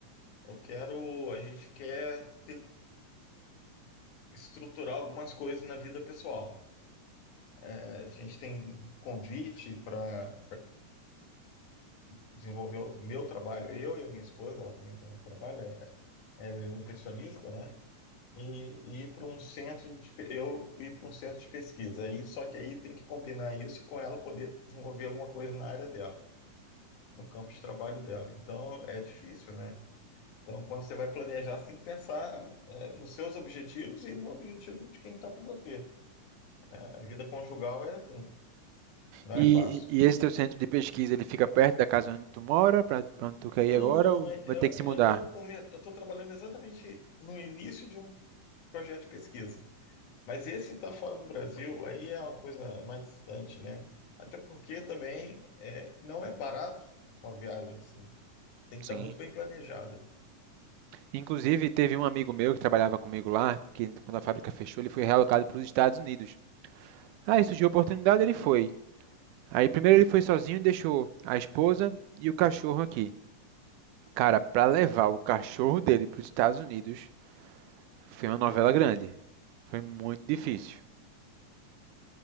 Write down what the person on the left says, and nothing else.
eu quero, a gente quer ter- estruturar algumas coisas na vida pessoal. É, A gente tem um convite para desenvolveu o meu trabalho, eu e a minha esposa, ela também tem um trabalho, é, ela é nutricionista, né? E, e ir para um centro de, pe- eu ir para um centro de pesquisa. Aí, só que aí tem que combinar isso com ela poder desenvolver alguma coisa na área dela, no campo de trabalho dela. Então é difícil, né? Então, quando você vai planejar, você tem que pensar é, nos seus objetivos e no objetivo de quem está com você. A vida conjugal é assim, não
é fácil.
Não,
não,
é-
eu
eu estou eu tô trabalhando exatamente no início de um projeto de pesquisa. Mas esse está fora do Brasil, aí é uma coisa mais distante, né? Até porque também é, não é barato uma viagem assim. Tem que
estar muito bem planejada.